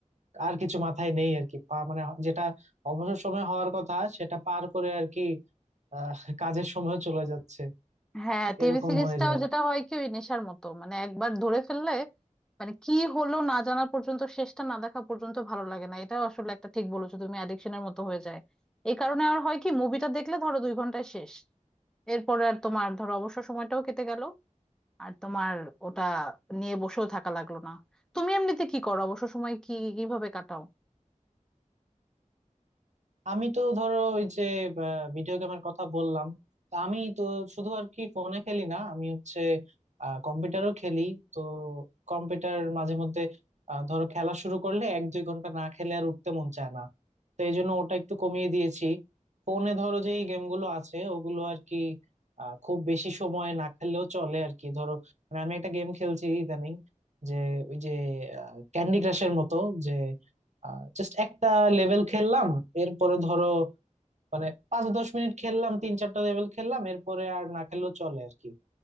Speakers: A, on the right (about 60°); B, in the centre.
A: আর কিছু মাথায় নেই আর কি পা- মানে যেটা অবসর সময় হওয়ার কথা সেটা পার করে আর কি আহ কাজের সময় চলে যাচ্ছে
B: হ্যাঁ টিভি
A: এরকম
B: সিরিজটাও
A: হয়ে যায়
B: যেটা হয় কি ওই নেশার মতো মানে একবার ধরে ফেললে মানে কি হলো না জানা পর্যন্ত শেষটা না দেখা পর্যন্ত ভালো লাগে না এটাও আসলে একটা ঠিক বলেছো তুমি অ্যাডিকশনের মতো হয়ে যায় এই কারণে আর হয় কি মুভিটা দেখলে ধরো দুই ঘন্টায় শেষ এরপরে আর তোমার ধরো অবসর সময়টাও কেটে গেল আর তোমার ওটা নিয়ে বসেও থাকা লাগলো না তুমি এমনিতে কি করো অবসর সময় কি কিভাবে কাটাও
A: আমি তো ধরো ওই যে ভিডিও গেমের কথা বললাম তা আমি তো শুধু আর কি ফোনে খেলি না আমি হচ্ছে কম্পিউটারও খেলি তো কম্পিউটার মাঝে মধ্যে আহ, ধরো খেলা শুরু করলে এক দুই ঘন্টা না খেলে আর উঠতে মন চায় না তো এই জন্য ওটা একটু কমিয়ে দিয়েছি ফোনে ধরো যে এই গেমগুলো আছে ওগুলো আর কি আহ, খুব বেশি সময় না খেললেও চলে আর কি ধরো মানে আমি একটা গেম খেলছি ইদানিং যে ওই যে ক্যান্ডি ক্রাশের মতো যে জাস্ট একটা লেভেল খেললাম এরপরে ধরো মানে পাঁচ দশ মিনিট খেললাম তিন চারটা লেভেল খেললাম এরপরে আর না খেললেও চলে আর কি